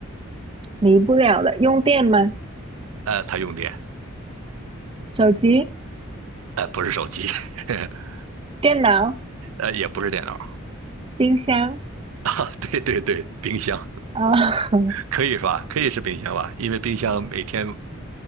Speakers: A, on the right; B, on the right.
A: 离不了的，用电吗？
B: 呃，它用电，
A: 手机、
B: 呃，不是手机。<laughs>
A: 电脑、
B: 呃，也不是电脑
A: 冰箱
B: 啊，<laughs> 对对对，冰箱
A: 啊，<laughs>
B: 可以是吧？可以是冰箱吧，因为冰箱每天